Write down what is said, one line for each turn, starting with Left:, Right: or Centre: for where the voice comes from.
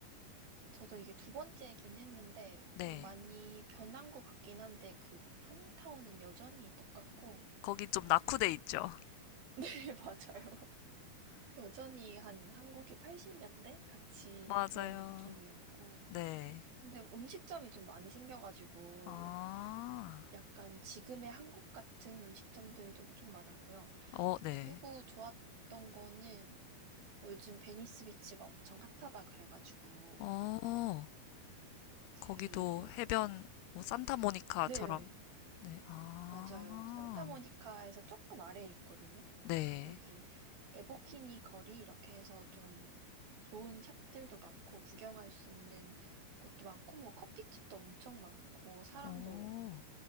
Right: 저도 이게 두 번째긴 했는데
Left: 네.
Right: 좀 많이 변한 것 같긴 한데 그 한인타운은 여전히 똑같고
Left: 거기 좀 낙후돼 있죠. <laughs>
Right: <laughs> 네, 맞아요. 여전히 한 한국이 80년대 같이
Left: 맞아요.
Right: 그런 느낌이었고
Left: 네.
Right: 근데 음식점이 좀 많이 생겨가지고
Left: 아,
Right: 약간 지금의 한국 같은 음식점들도 좀 많았고요.
Left: 어, 네.
Right: 그리고 좋았던 거는 뭐 요즘 베니스 비치가 엄청 핫하다 그래가지고
Left: 어,
Right: 그
Left: 거기도 해변, 뭐 산타모니카처럼.
Right: 네.
Left: 네, 아,
Right: 맞아요. 산타모니카에서 조금 아래에 있거든요. 그래서
Left: 네.
Right: 거기 에버키니 거리 이렇게 해서 좀 좋은 샵들도 많고 구경할 수 있는 곳도 많고 뭐 커피집도 엄청 많고 사람도
Left: 오.